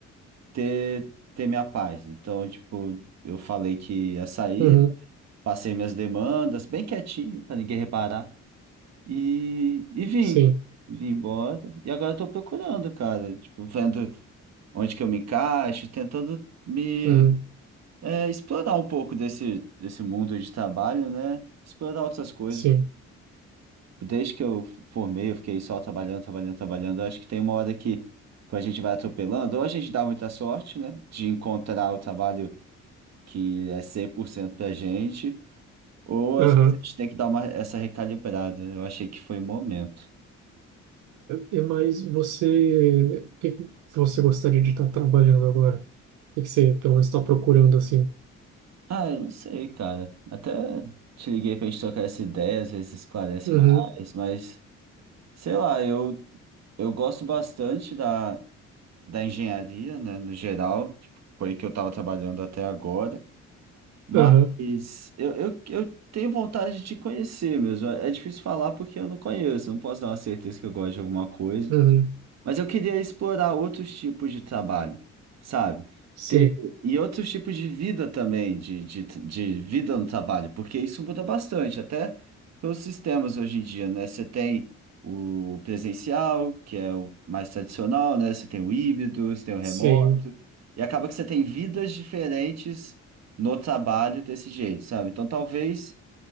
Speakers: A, on the right (about 60°); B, on the right (about 85°).
A: ter, ter minha paz. Então, tipo, eu falei que ia sair,
B: uhum,
A: passei minhas demandas, bem quietinho, pra ninguém reparar. E, e vim.
B: sim,
A: Vim embora. E agora eu tô procurando, cara. Tipo, vendo onde que eu me encaixo, tentando me
B: uhum,
A: é, explorar um pouco desse, desse mundo de trabalho, né? Explorar outras coisas.
B: sim,
A: porque desde que eu formei, eu fiquei só trabalhando, trabalhando, trabalhando. Eu acho que tem uma hora que, quando a gente vai atropelando, ou a gente dá muita sorte, né? De encontrar o trabalho que é 100% pra gente, ou
B: aham,
A: às vezes a gente tem que dar uma, essa recalibrada. Eu achei que foi o momento.
B: É, é, mas você, o que que você gostaria de estar trabalhando agora? O que que você, pelo menos, está procurando assim?
A: Ah, eu não sei, cara. Até te liguei pra gente trocar essa ideia, às vezes esclarece
B: Uhum,
A: mais, mas sei lá, eu, eu gosto bastante da, da engenharia, né, no geral, tipo, foi que eu tava trabalhando até agora, mas
B: aham,
A: eu, eu, eu tenho vontade de conhecer mesmo. É é difícil falar porque eu não conheço, não posso dar uma certeza que eu gosto de alguma coisa.
B: uhum,
A: Mas eu queria explorar outros tipos de trabalho, sabe?
B: sim,
A: Ter, e outros tipos de vida também, de, de, de vida no trabalho, porque isso muda bastante, até pelos sistemas hoje em dia, né? Você tem o presencial, que é o mais tradicional, né? Você tem o híbrido, você tem o remoto,
B: sim,
A: e acaba que você tem vidas diferentes no trabalho desse jeito, sabe? Então talvez